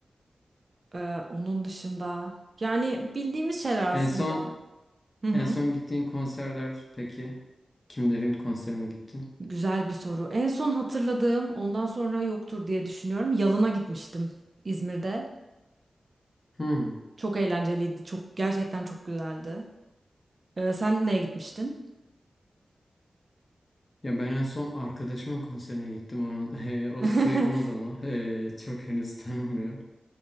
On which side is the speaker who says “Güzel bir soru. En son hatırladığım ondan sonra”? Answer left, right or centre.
Right